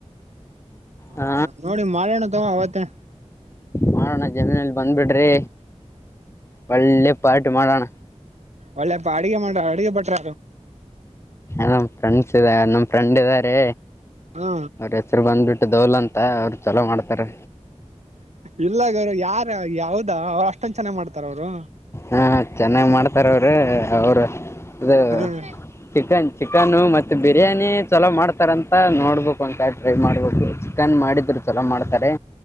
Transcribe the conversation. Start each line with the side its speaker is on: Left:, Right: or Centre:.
Right: ಹೌದಾ
Left: ಹ
Right: ನೋಡಿ ಮಾವಿನಣ್ಣ ತಗ ಅವತ್ತೆ.
Left: ಮಾಡೋಣ ಜಮೀನಲ್ಲಿ ಬಂದ್ಬಿಡ್ರಿ. ಪಳ್ಳೆ ಪಾಠ ಕಟ್ ಮಾಡಣ.
Right: ಒಳ್ಳೆಪ್ಪ ಅಡಗೆ ಮಾಡ್ರ ಅಡುಗೆ ಬಟ್ರ
Left: ನ್ ಫ್ರೆಂಡ್ಸ್ ಇದ ನಮ ಫ್ರೆಂಡ್ ಇದಾರೆ.
Right: ಹಾ
Left: ಹೆಸರ್ ಬಂದ್ಬಿಟ್ ದವಲ ಅಂತ ಅವ್ರು ಚಲೋ ಮಾಡ್ತಾರೆ.
Right: ಇಲ್ಲಗ ಅವರು ಯಾರ ಯಾವ್ದ ಅವ ಅಷ್ಟೊಂದ ಚೆನ್ನ ಮಾಡ್ತಾರ ಅವರು.
Left: ಹಾ ಚೆನ್ನಾಗ್ ಮಾಡ್ತಾರ ಅವ್ರೀ ಅವರು. ಇದು
Right: ಹ್ಮ್
Left: ಚಿಕನ್ ಚಿಕನ್ನು ಮತ್ತು ಬಿರಿಯಾನಿ ಚಲೋ ಮಾಡ್ತಾರ ಅಂತ ನೋಡ್ಬೇಕು ಅಂತ ಟ್ರೈ ಮಾಡ್ಬೇಕು ಚಿಕನ್ ಮಾಡಿದ್ರು ಚಲೋ ಮಾಡ್ತಾರೆ‌.